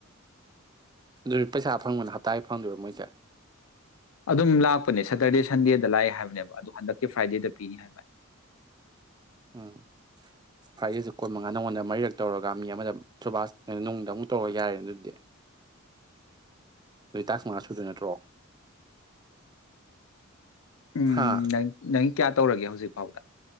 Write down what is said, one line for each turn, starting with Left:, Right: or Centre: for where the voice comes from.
Right: ꯑꯗꯨꯗꯤ ꯄꯩꯁꯥ ꯐꯪꯕꯅ ꯍꯞꯇꯥ ꯐꯪꯗꯣꯏꯔꯥ ꯃꯣꯏꯁꯦ
Left: ꯑꯗꯨꯝ ꯂꯥꯛꯄꯅꯦ ꯁꯦꯇꯔꯗꯦ ꯁꯟꯗꯦꯗ ꯂꯥꯛꯑꯦ ꯍꯥꯏꯕꯅꯦꯕ ꯑꯗꯨ ꯍꯟꯗꯛꯀꯤ ꯐ꯭ꯔꯥꯏꯗꯦꯗ ꯄꯤꯅꯤ ꯍꯥꯏꯕ
Right: ꯎꯝ ꯐꯥꯔꯤꯁꯦ ꯀꯨꯟꯃꯉꯥ ꯅꯪꯉꯣꯟꯗ ꯃꯔꯤꯔꯛ ꯇꯧꯔꯒ ꯃꯤ ꯑꯃꯗ ꯁꯨꯕꯥꯁ ꯅꯨꯡꯗ ꯑꯃꯨꯛ ꯇꯧꯔꯒ ꯌꯥꯔꯦ ꯑꯗꯨꯗꯤ ꯑꯗꯨꯗꯤ ꯇꯥꯛꯁ ꯃꯉꯥ ꯁꯨꯗ ꯅꯠꯇ꯭ꯔꯣ
Left: ꯎꯝ
Right: ꯍꯥ
Left: ꯀꯌꯥ ꯇꯧꯔꯒꯦ ꯍꯧꯖꯤꯛ ꯐꯥꯎꯗ